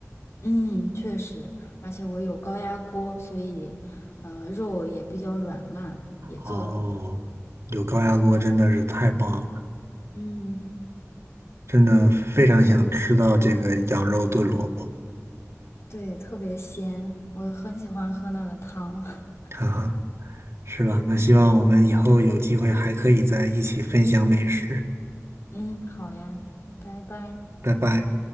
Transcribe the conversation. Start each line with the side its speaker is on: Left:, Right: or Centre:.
Left: 嗯，确实，而且我有高压锅，所以，呃，肉也比较软烂，也做的很不错，
Right: 哦，有高压锅真的是太棒了。
Left: 嗯，
Right: 真的非常想吃到这个羊肉炖萝卜，
Left: 对，特别鲜，我很喜欢喝那个汤。<laughs>
Right: <laughs> 哈哈，是吧？那希望我们以后有机会还可以在一起分享美食，
Left: 嗯，好呀，拜拜。
Right: 拜拜。